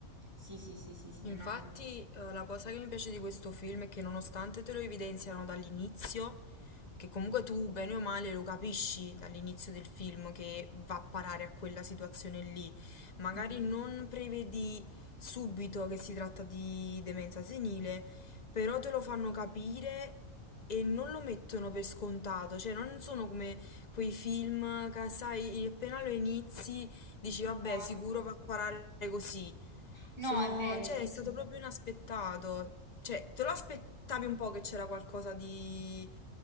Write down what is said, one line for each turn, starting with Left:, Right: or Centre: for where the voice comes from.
Right: Sì, sì, sì, sì, sì,
Left: Infatti,
Right: no.
Left: eh, la cosa che mi piace di questo film è che nonostante te lo evidenziano dall'inizio, che comunque tu bene o male lo capisci dall'inizio del film che va a parare a quella situazione lì. Magari
Right: Mhm.
Left: non prevedi subito che si tratta di demenza senile, però te lo fanno capire e non lo mettono per scontato, cioè non sono come quei film che sai, appena lo inizi Dici, vabbè,
Right: Esatto.
Left: sicuro va a parare così.
Right: No,
Left: Sono,
Right: è vero,
Left: cioè,
Right: sì,
Left: è
Right: sì,
Left: stato proprio inaspettato. Cioè, te lo aspettavi un po' che c'era qualcosa di,